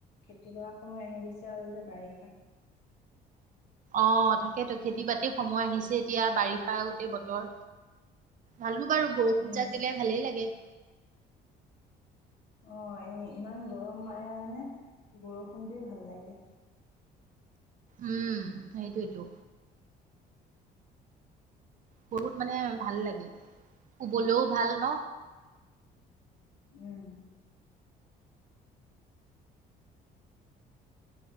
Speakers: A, on the left; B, on the right.
A: খেতি কৰা সময় আহি গৈছে আৰু যে বাৰিষা
B: অ তাকেতো খেতি বাতি সময় আহিছে এতিয়া বাৰিষা আগতে বতৰ, ভালো বাৰু বৰষুণ
A: উম
B: যাক দিলে ভালেই লাগে।
A: অ এই ইমান গৰম মাৰে মানে বৰষুণটোয়ে ভাল লাগে
B: উম সেইটো এইটো বহুত মানে ভাল লাগে শুবলৈও ভাল ন
A: উম